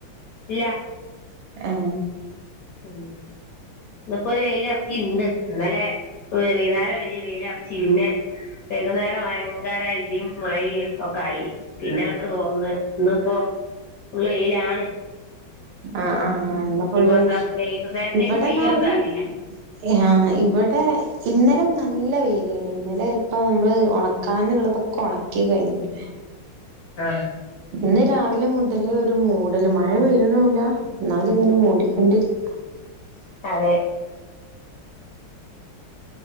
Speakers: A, on the left; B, on the right.
A: ഇല്ല
B: ഏ
A: ഇന്ന് ഇപ്പോ ഒരു വെയില ഇറക്കിണ്ട് ഇന്നലെ ഒ വൈന്നേരം വരി വെയിലറച്ച് പിന്നെ വൈകുന്നേരം വയ് ന്നാരം ഇടിയും മഴ ഒക്കെ ആയി പിന്നെ അവിടെ തോർന്ന് ഇന്ന് ഇപ്പോ ഉള്ള വെയിലാണ്
B: ആ ആ ആ ഇന്ന് ഫുള്ള്
A: ഇനിപ്പോ എന്താ വൈകുന്നേരത്തേക്ക്
B: ഇവിടെന്ന
A: പെയ്യോ എന്താ
B: ഒരു
A: അറിയില്ല
B: ഹാ ഇവിടെ ഇന്നലെ നല്ല വേയിലായി നി ഇന്നലെ ഇപ്പൊ നമ്മള് ഉണക്കാനുള്ളതൊക്കെ ഉണക്കി കഴിഞ്ഞ്
A: ആ
B: ഇന്ന് രാവിലെ മുതലേ ഒരു മൂടല് മഴ പെയ്യ ണൂല്ല എന്നാല് ഇങ്ങനെ മൂടിക്കൊണ്ടിരി
A: അതെ